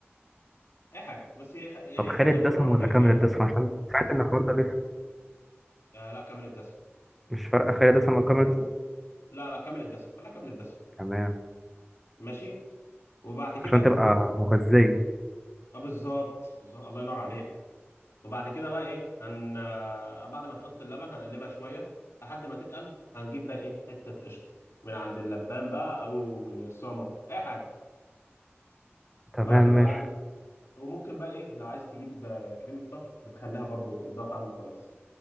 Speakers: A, on the left; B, in the centre.
A: اي حاجه بس يخ- يعني
B: طب
A: يفضل
B: خالد
A: يكون
B: دسم
A: نوع نضيف
B: ولا كامل
A: يعني
B: دسم عشان سمعت ان الحوار ده بيفرق
A: آه لا كامل الدسم
B: مش فارقه خالد دسم او كامل دسم
A: لا لا كامل الدسم خليها كامل الدسم
B: تمام
A: ماشي وبعد كده
B: عشان تبقى مغذيه
A: اه بالظبط بالظبط الله ينور عليك وبعد كده بقى ايه هن آه، بعد ما نحط اللبن هنقلبها شويه لحد ما تتقل هنجيب بقى ايه حته قشطه من عند اللبان بقى او من السوبر ماركت اي حاجه
B: تمام
A: وبعد بقى
B: ماشي
A: بعد وممكن بقى ايه لو عايز تجيب آه، كريمه طهي بتخليها برضو بتديها طعم كويس